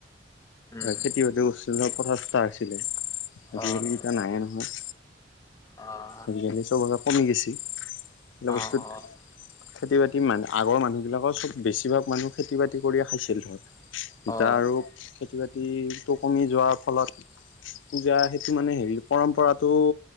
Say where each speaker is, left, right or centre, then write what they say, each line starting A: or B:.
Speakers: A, on the left; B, on the left.
A: উম,
B: খেতি বাতি কৰিছিল কথা চা হৈছিলে আজিকালি
A: অ',
B: এতিয়া নাই এ নহয়।
A: অ',
B: আজিকালি চব এই কমি গেছি সিবিলাক
A: অ',
B: বস্তুত খেতি বাতি মান আগৰ মানুহবিলাকৰ চব বেছিভাগ মানুহ খেতি বাতি কৰি খাইছিল ধৰ এতিয়া
A: অ', অ',
B: আৰু খেতি বাতিটো কমি যোৱাৰ ফলত পূজা সেইটো মানে হেৰি পৰম্পৰাটো